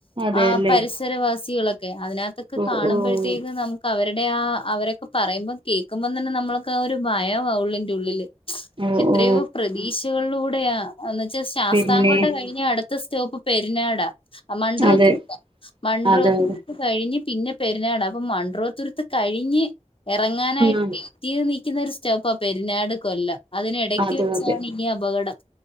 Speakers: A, on the right; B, on the left.
A: അതെയല്ലേ
B: ആഹ് പരിസരവാസികളൊക്കെ അതിനകത്തൊക്കെ
A: ഓ
B: കാണുമ്പോഴ്ത്തേകും
A: ഓ
B: നമു അവര്ടെ ആ അവരൊക്കെ പറയുമ്പോ കേക്കുമ്പോം തന്നെ നമ്മൾക്ക് ആ ഒരു ഭയവാ ള്ളിന്റെ ഉള്ളില്.
A: ഓ
B: എത്രയോ
A: ഓ
B: പ്രതീക്ഷകളിലൂടെയാ എന്ന് വെച്ചാ ശാസ്ത്രാകോട്ട
A: പിന്നെ
B: കഴിഞാ അടു സ്റ്റോപ്പ് പെരിനാടാ മൺഡ്രോത്തർത്ത
A: അതെ
B: മൺഡ്രോത്ത
A: അതെ അതെ
B: കഴിഞ്ഞ് പിന്നെ പെരുന്നാട് അപ്പൊ മൺഡറോത്തുരത്ത് കഴിഞ്ഞ് എറങ്ങാനായിട്ട്
A: ഉം
B: റ്റീത് നിൽക്കുന്നൊ ഒരു സ്റ്റോപ്പാ പെരിന്നാട് കൊല്ലം അതിനി ഇടക്ക്
A: അതെ
B: വെച്ചാണ്
A: അതെ
B: ഈ അപകടം.